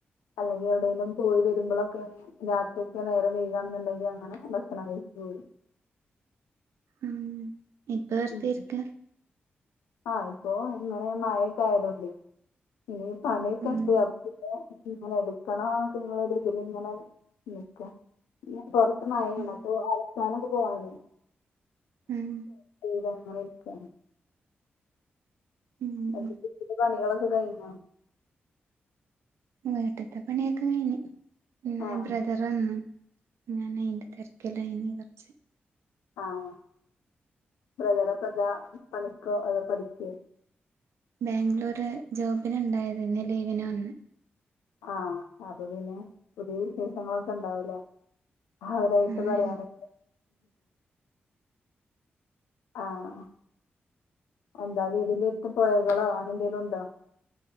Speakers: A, on the left; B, on the right.
A: അല്ലെങ്കിൽ എവിടെേലും പോയി വരുമ്പോളെക്കെ രാത്രി ഒക്കെ നേരം വെയകാണെന്നുണ്ടെങ്കി അങ്ങനെ ഭക്ഷണം കഴിച്ചോരും
B: ഉം ഇപ്പ വെർതിരിക്ക
A: ഉം ആഹ് പ്പോ ഇന്നലെ മഴൊക്കെ ആയതൊണ്ട് ഇനി പണിക്കെണ്ട്
B: ഉം
A: അപ്പൊ പിന്നെ <unintelligible> എടുക്കണം അപ്പൊ ഒരു ഇതിലി ങ്ങനെ നിക്ക പൊറത്ത് മയപെയ്യണ്
B: ഉം
A: <unintelligible> പോവാണ്
B: ഉം
A: ല്ല ങ്ങനെ രിക്കാന്ന്
B: ഉം
A: <unintelligible> പണികളൊക്കെ കയിഞ്ഞ
B: വീട്ട്ത്തെ പണിയൊക്കെ കയ്ഞ് മ്മ്
A: ആഹ്
B: ബ്രദറ് വന്ന്- ഞാനയിന്റെ തിരക്കിലെയ്നി കൊറച്-
A: ആഹ് ബ്രദറപ്പന്താ പണിക്കോ അതോ പഠിക്കേ?
B: ബാംഗ്ലൂര് ജോബിനണ്ടായതെന്ന് ലീവിന് വന്ന്.
A: ആഹ് അപ്പ പിന്നെ പുതിയ വിശേഷങ്ങളൊക്കെണ്ടാവൂലേ <unintelligible>
B: ആഹ്
A: പറയാനൊക്കെ ആഹ് എന്താ വീട്ന്റെട്ത്ത് പോയകളോ അങ്ങനെ എന്തേലും ണ്ടോ?